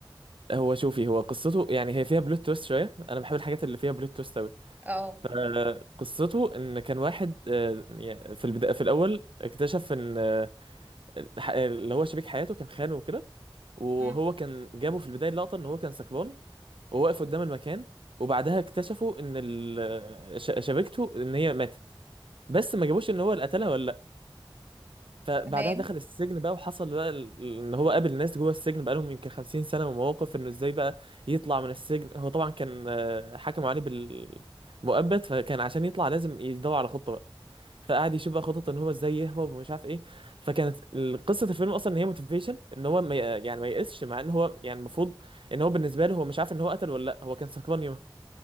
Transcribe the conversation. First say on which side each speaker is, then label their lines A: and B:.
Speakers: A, on the right; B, on the right.
A: هو شوفي هو قصته يعني هي فيها بلوت تويست شويه انا بحب الحاجات اللي فيها بلوت تويست قوي
B: اه
A: فقصته ان كان واحد آه، يعني في البدايه في الاول اكتشف ان آه، الح- اللي هو شريك حياته كان خانه وكده وهو
B: مم.
A: كان جابه في البدايه لقطه ان هو كان سكران وواقف قدام المكان وبعدها اكتشفوا ان ال- آه، ش- شبكته ان هي ماتت بس ما جابوش ان هو اللي قتلها ولا فبعدها
B: تمام
A: دخل السجن بقى وحصل بقى ال- ان هو قابل ناس جوه السجن بقى لهم يمكن 50 سنه ومواقف انه ازاي بقى يطلع من السجن هو طبعا كان آه، حكموا عليه بالمؤبد فكان عشان يطلع لازم يدور على خطه بقى فقعد يشوف بقى خطط ان هو ازاي يهرب ومش عارف ايه فكانت ال- قصه الفيلم اصلا ان هي موتيفيشن ان هو ما ي- يعني ما ييأسش مع ان هو يعني المفروض ان هو بالنسبه له هو مش عارف ان هو قتل ولا لا هو كان سكران